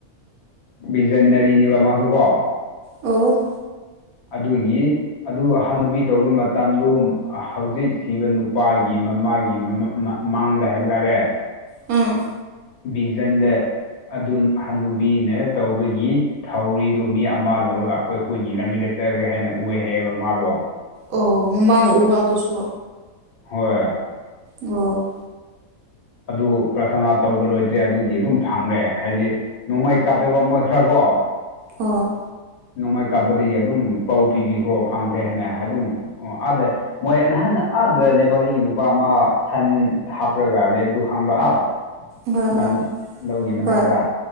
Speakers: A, on the left; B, on the right.
A: ꯕꯤꯖꯟꯅꯔꯤꯅꯤꯕ ꯃꯥꯁꯨ ꯀꯣ
B: ꯑꯣ
A: ꯑꯗꯨꯒꯤ ꯑꯗꯨ ꯍꯥꯟꯅꯨꯕꯤ ꯇꯧꯕ ꯃꯇꯝꯗ ꯍꯧꯖꯤꯛ ꯁꯤꯕ ꯅꯨꯄꯥꯒꯤ ꯃꯃꯥꯒꯤ ꯃ ꯃꯥ ꯃꯥꯡꯗ ꯍꯥꯏꯕ ꯇꯥꯔꯦ
B: ꯎꯝ
A: ꯕꯤꯖꯟꯗ ꯑꯗꯨ ꯍꯅꯨꯕꯤꯅ ꯇꯧꯕꯒꯤ ꯊꯧꯔꯤꯗꯨ ꯃꯤ ꯑꯃ ꯂꯧꯔꯒ ꯑꯩꯈꯣꯏ ꯍꯣꯏꯟꯒꯤ ꯂꯝꯕꯤꯗ ꯆꯈ꯭ꯔꯦ ꯍꯥꯏꯅ ꯎꯑ ꯍꯥꯏꯌꯦꯕ ꯃꯥꯗꯣ
B: ꯑꯣ ꯃꯃꯥꯅ ꯎꯕ ꯑꯗꯨꯁꯨ
A: ꯍꯣꯏ
B: ꯑꯣ
A: ꯑꯗꯨ ꯄ꯭ꯔꯊꯅꯥ ꯇꯧꯕ ꯂꯣꯏꯗ꯭ꯔꯦ ꯑꯗꯨꯒꯤ ꯑꯗꯨꯝ ꯐꯪꯈ꯭ꯔꯦ ꯍꯥꯏꯗꯤ ꯅꯣꯡꯃꯩ ꯀꯥꯞꯄ‍ꯦꯕ ꯃꯣꯏ ꯈꯔꯀꯣ
B: ꯑꯣꯥ
A: ꯅꯣꯡꯃꯥꯏ ꯀꯥꯞꯄꯗꯒꯤ ꯑꯗꯨꯝ ꯄꯥꯎ ꯄꯤꯕꯤꯈ꯭ꯔꯣ ꯐꯪꯈ꯭ꯔꯦ ꯍꯥꯏꯅ ꯑꯗꯨꯝ ꯑꯣ ꯑꯥꯗ ꯃꯣꯏ ꯅꯍꯥꯟ ꯑꯥꯗ ꯅꯦꯄꯥꯂꯤꯒꯤ ꯅꯨꯄꯥ ꯑꯃ ꯁꯟ ꯍꯥꯞꯄ꯭ꯔꯒ ꯂꯩꯕꯗꯨ ꯈꯪꯕ꯭ꯔꯕ
B: ꯍꯣꯏ
A: ꯂꯝ
B: ꯍꯣꯏ
A: ꯂꯧꯒꯤ ꯃꯅꯥꯛꯇ
B: ꯍꯣꯏ